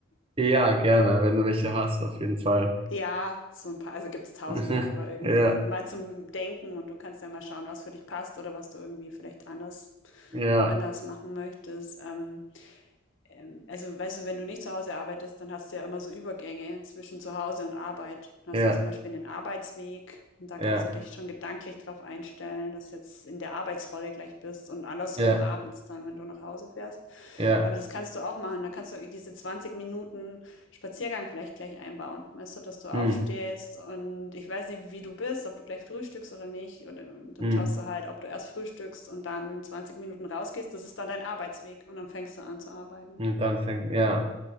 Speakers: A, on the right (about 30°); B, on the left (about 75°).
A: ja, gerne, wenn du welche hast, auf jeden Fall.
B: Ja, so ein paar, also gibt es tausende,
A: <laughs>
B: aber irgendwie
A: Ja,
B: so, mal zum Denken und du kannst ja mal schauen, was für dich passt oder was du irgendwie vielleicht anders,
A: ja,
B: anders machen möchtest. Ähm, ähm, also, weißt du, wenn du nicht zu Hause arbeitest, dann hast du ja immer so Übergänge zwischen zu Hause und Arbeit. Dann
A: ja,
B: hast du zum Beispiel einen Arbeitsweg und da
A: ja,
B: kannst du dich schon gedanklich drauf einstellen, dass du jetzt in der Arbeitsrolle gleich bist und andersrum
A: ja,
B: abends dann, wenn du nach Hause fährst.
A: ja.
B: Aber das kannst du auch machen. Da kannst du diese 20 Minuten Spaziergang vielleicht gleich einbauen. Weißt du, dass du aufstehst
A: Mm,
B: und ich weiß nicht, wie du bist, ob du gleich frühstückst oder nicht. Oder, und dann
A: mm.
B: schaust du halt, ob du erst frühstückst und dann 20 Minuten rausgehst. Das ist dann dein Arbeitsweg und dann fängst du an zu arbeiten.
A: Und dann fängt, ja.